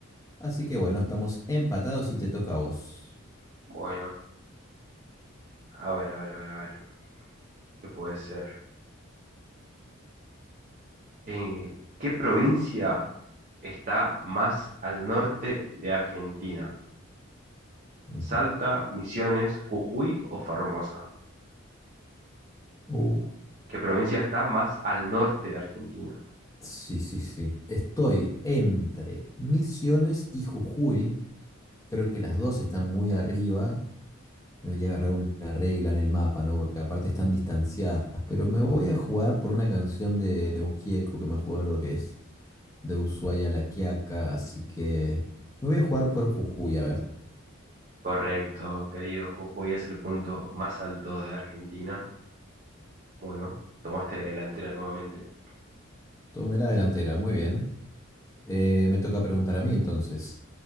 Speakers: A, on the left; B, on the right.
A: Así que bueno, estamos empatados y te toca a vos.
B: Bueno, A ver, a ver, a ver, a ver. ¿Qué puede ser? Eh, ¿qué provincia está más al norte de Argentina?
A: Ujú.
B: ¿Salta, Misiones, Jujuy o Formosa?
A: Uh,
B: ¿Qué provincia está más al norte de Argentina?
A: Sí, sí, sí. Estoy entre Misiones y Jujuy. Creo que las dos están muy arriba. Debería agarrar una regla en el mapa, ¿no? Porque aparte están distanciadas. Pero me voy a jugar por una canción de León Gieco que me acuerdo que es de Ushuaia a La Quiaca. Así que me voy a jugar por Jujuy, a ver.
B: Correcto, querido. Jujuy es el punto más alto de Argentina. Bueno, tomaste la delantera nuevamente.
A: Tomé la delantera, muy bien. Eh, me toca preguntar a mí entonces.